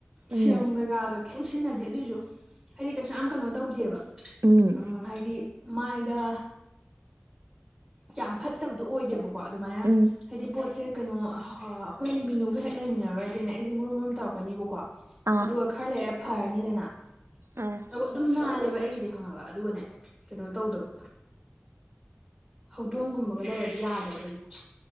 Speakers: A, in the centre; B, on the right.
A: ꯁꯤꯃꯒ
B: ꯎꯝ
A: ꯀꯩ ꯁꯤꯖꯤꯟꯅꯗꯦ ꯑꯗꯨꯑꯣꯏꯁꯨ ꯍꯥꯏꯗꯤ ꯀꯩꯁꯨ ꯌꯥꯝ ꯀꯩꯅꯣ ꯇꯧꯗꯦꯕ
B: ꯎꯝ
A: ꯍꯥꯏꯗꯤ ꯃꯥ ꯏꯗ ꯌꯥꯝ ꯐꯠꯇꯕꯗꯣ ꯑꯣꯏꯗꯦꯕꯀꯣ ꯑꯗꯨꯃꯥꯏꯅ
B: ꯎꯝ
A: ꯍꯥꯏꯗꯤ ꯄꯣꯠꯁꯦ ꯀꯩꯅꯣ ꯑꯩꯈꯣꯏ ꯃꯤꯅꯨꯒ ꯍꯦꯛ ꯂꯩꯃꯤꯟꯅꯔꯨꯔꯗꯤꯅꯦ ꯑꯩꯁꯤꯦ ꯃꯨꯔꯨꯝ ꯃꯨꯝ ꯇꯧꯔꯛꯀꯅꯤꯕꯀꯣ
B: ꯑꯥ
A: ꯑꯗꯨꯒ ꯈꯔ ꯂꯩꯔꯦ ꯐꯔꯅꯤꯗꯅ
B: ꯑꯥ
A: ꯑ ꯑꯗꯨꯝ ꯅꯥꯂꯦꯕ ꯑꯩꯒꯤꯗꯤ ꯈꯪꯉꯕ ꯑꯗꯨꯒꯅꯦ ꯀꯩꯅꯣ ꯇꯧꯗꯕ ꯍꯧꯗꯣꯡꯒꯨꯝꯕꯒ ꯂꯩꯔꯗꯤ ꯌꯥꯗꯕ ꯑꯩꯁ